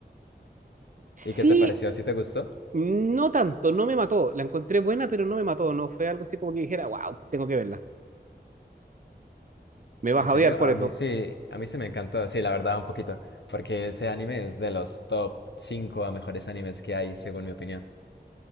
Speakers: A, on the right; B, on the left.
A: Sí,
B: ¿Y qué te pareció? ¿Sí te gustó?
A: no tanto, no me mató. La encontré buena, pero no me mató. No fue algo así como que dijera, wow, tengo que verla. Me vas
B: ¿En
A: a
B: serio?
A: odiar por
B: A
A: eso,
B: mí sí, a mí sí me encantó, sí, la verdad, un poquito, porque ese anime es de los top 5 a mejores animes que hay, según mi opinión.